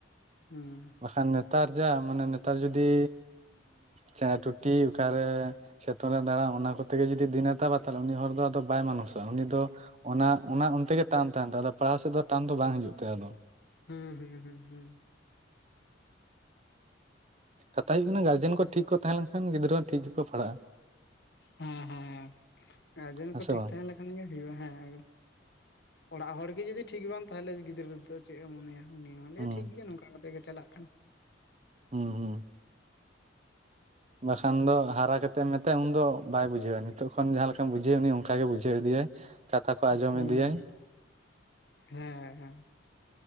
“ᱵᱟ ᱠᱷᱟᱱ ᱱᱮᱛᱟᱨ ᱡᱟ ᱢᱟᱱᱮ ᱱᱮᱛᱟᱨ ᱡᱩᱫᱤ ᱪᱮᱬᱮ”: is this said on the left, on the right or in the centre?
Right